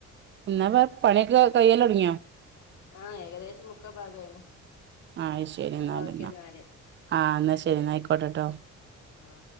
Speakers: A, on the right; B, on the left.
A: എന്നാ വ പണിയൊക്കെ കയ്യല്ല തുടങ്ങിയോ
B: ആഹ് ഏകദേശം മുക്കാ ഭാഗായിണ്
A: ആ ശരി എന്നാല
B: ഓക്കെ
A: എന്നാ
B: എന്നാല്
A: ആ എന്നാ ശരി എന്നാ ആയിക്കോട്ടെട്ടോ
B: ആ